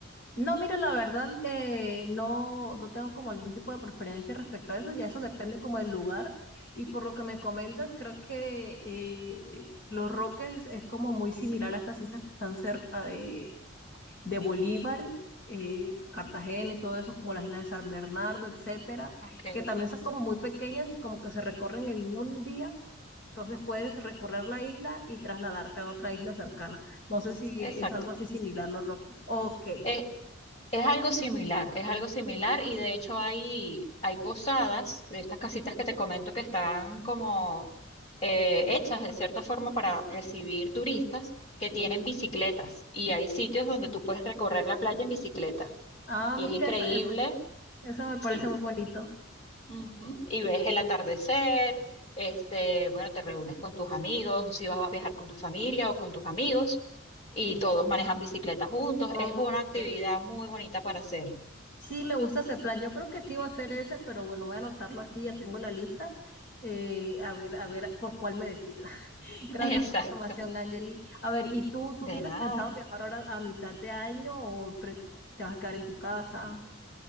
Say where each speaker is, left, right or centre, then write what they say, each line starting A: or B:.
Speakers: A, on the left; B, on the left.
A: No, mira, la verdad, eh, no, no tengo como algún tipo de preferencia respecto a eso, ya eso depende como del lugar. Y por lo que me comentas, creo que eh, Los Roques es como muy similar a estas islas que están cerca de, de Bolívar, eh, Cartagena y todo eso, como las islas de San Bernardo, etcétera,
B: Ok,
A: que también son como muy pequeñas y como que se recorren en un día. Entonces puedes recorrer la isla y trasladarte a otra isla cercana. No sé si
B: exacto.
A: es algo así similar Los Roques. Ok.
B: Es, es algo similar, es algo similar y de hecho hay, hay posadas de estas casitas que te comento que están como eh, hechas de cierta forma para recibir
A: Sí.
B: turistas que tienen bicicletas y hay sitios donde tú puedes recorrer la playa en bicicleta
A: Ah,
B: y
A: mira,
B: es increíble,
A: esa, esa, esa me parece
B: sí,
A: muy bonito.
B: ujú, Y ves el atardecer, este, bueno, te reúnes con tus amigos, no sé si vas a viajar con tu familia o con tus amigos y todos manejan bicicletas juntos,
A: Ok.
B: es una actividad muy bonita para hacer.
A: Sí, me gusta ese plan. Yo creo que sí va a ser ese, pero bueno, voy a anotarlo aquí, ya tengo la lista. Eh, a ver, a ver por cuál me decido. <laughs>
B: <laughs>
A: Gracias
B: Exacto,
A: por la información, Angeli. A ver, ¿y tú, tú
B: de
A: tienes
B: nada.
A: pensado viajar ahora a mitad de año o pre- te vas a quedar en tu casa,